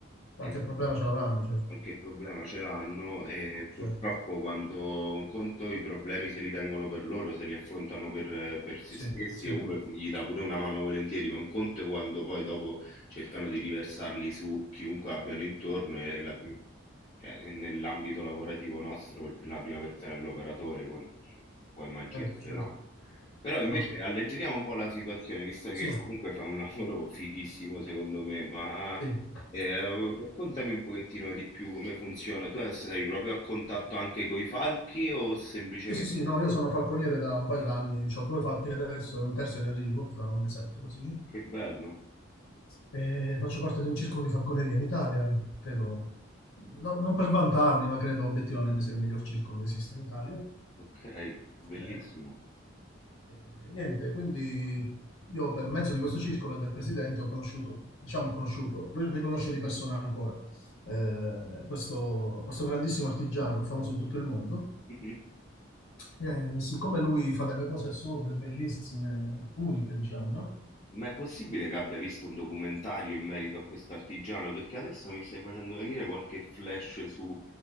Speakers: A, on the left (about 85°); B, on the left (about 25°).
A: Qualche
B: E
A: problema ce l'avranno, certo.
B: Qualche problema ce l'hanno e
A: Certo.
B: purtroppo quando un conto i problemi se li tengono per loro, se li affrontano per per se
A: Sì,
B: stessi
A: sì.
B: e
A: Eh,
B: uno gli dà pure una mano volentieri, ma un conto è quando poi dopo cercano di riversarli su chiunque abbiano intorno e la pri cioè, che nell'ambito lavorativo nostro il la prima persona è l'operatore, con puoi immaginare,
A: certo, certo,
B: no? Però invece
A: certo.
B: alleggeriamo un po' la situazione, visto che
A: Sì,
B: comunque fai un <laughs> lavoro fighissimo secondo me, ma
A: sì.
B: eh, raccontami un pochettino di più come funziona. Tu sei proprio a contatto anche con i falchi o semplicemente...
A: Sì, sì, sì, no, io sono falconiere da un paio d'anni, ho due falchi adesso e un terzo in arrivo, tra un mesetto così.
B: Che bello,
A: E faccio parte di un circolo di falconeria in Italia, credo, no- non per vantarmi, ma credo obiettivamente sia il miglior circolo che esiste in Italia.
B: ok, bellissimo.
A: Eh, eh, niente, quindi io per mezzo di questo circolo e del presidente ho conosciuto, diciamo conosciuto, lui mi conosce di persona ancora, eh, questo, questo grandissimo artigiano che è famoso in tutto il mondo.
B: Mhm.
A: Eh, siccome lui fa delle cose assurde, bellissime, uniche, diciamo, no?
B: Ma è possibile che abbia visto un documentario in merito a questo artigiano? Perché adesso mi stai facendo venire qualche flash su